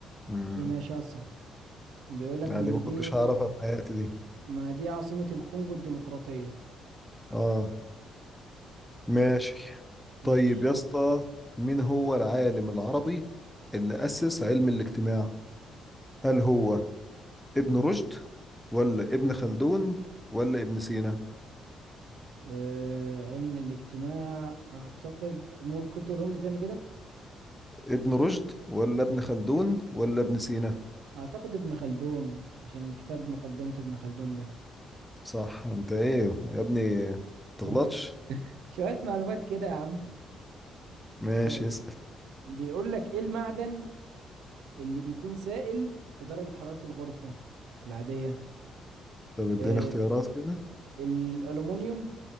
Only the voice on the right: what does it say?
كينشاسا بيقول لك
ان
دي
ما دي عاصمة الكونغو الديمقراطية
ماشي
أه علم الاجتماع اعتقد ممكن تقولهم لي تاني كده
اعتقد ابن خلدون عشان كتاب مقدمة ابن خلدون ده
<laughs> شوية معلومات كده يا عم
طيب
بيقول لك ايه المعدن اللي بيكون سائل في درجة حرارة الغرفة العادية
أه
الألومنيوم